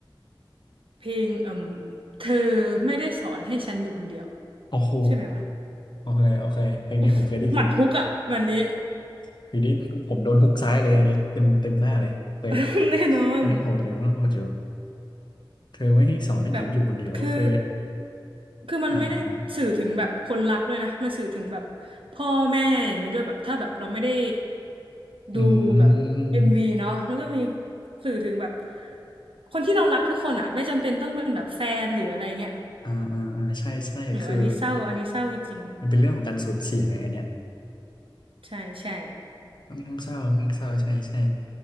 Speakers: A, on the right; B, on the left.
A: เพลงเอ่มเธอไม่ได้สอนให้ฉันอยู่คนเดียว
B: โอ้โห
A: ใช่ไหมวะ
B: โอเคโอเคเพลงนี้ผมเคยได้ยิน
A: อุ๊ยหมัดฮุกอ่ะวันนี้
B: เพลงนี้ผมโดนฮุกซ้ายเลยอันนี้เต็มเต็มหน้าเลยโอเค
A: <laughs> แน่นอน
B: ก็ยังโหดอยู่ยังโหดอยู่เธอไม่ให้สอนให้ยืนอยู่คนเดียวโอเค
A: แบบคือคือมันไม่ได้สื่อถึงแบบคนรักด้วยนะมันสื่อถึงแบบ
B: อ่าอ่าอ่า
A: พ่อแม่อย่างนี้ด้วยแบบถ้าแบบเราไม่ได้
B: อื
A: ดูแบบเอ็มวีเนาะมันก็มี
B: ม
A: สื่อถึงแบบคนที่เรารักทุกคนอ่ะไม่จำเป็นต้องเป็นแบบแฟนหรืออะไรเงี้ย
B: อ่าอ่าอ่าใช่ ใช่
A: โหอันนี้เศร้าอันนี้เศร้าจริง
B: คือ มันเป็นเรื่องของการสูญเสียไงอันเนี้ย
A: ๆใช่ใช่
B: ค่อนข้างเศร้าค่อนข้างเศร้าใช่ใช่